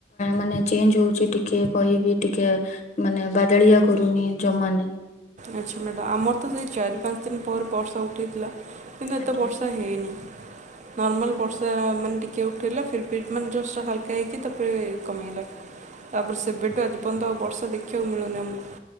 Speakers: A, on the left (about 40°); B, on the right (about 40°).
A: ମାନେ ଚେଞ୍ଜ ହଉଛି ଟିକେ କହିବି ଟିକେ। ମାନେ ବାଦଳିଆ କରୁନି ଜମା ନାଇ।
B: ଆଚ୍ଛା ମ୍ୟାଡ଼ାମ ଆମର ତ ସେଇ ଚାରି ପାଞ୍ଚ ଦିନ ପରେ ବର୍ଷା ଉଠାଇଥିଲା। କିନ୍ତୁ ଏତେ
A: ଆଜ୍ଞା।
B: ବର୍ଷା ହେଇନି। ନର୍ମାଲ୍ ବର୍ଷା ମାନେ ଟିକେ ଉଠେଇଲେ ଫିର୍ ଫି ମାନେ ଜଷ୍ଟ ହାଲକା ହେଇକି ତାପରେ କମିଗଲା। ତାପରେ
A: ହୁଁ
B: ସେବେଠୁ ଆଜି ପର୍ଯ୍ୟନ୍ତ ଆଉ ବର୍ଷ। ଦେଖିବାକୁ ମିଳୁନି ଆମକୁ।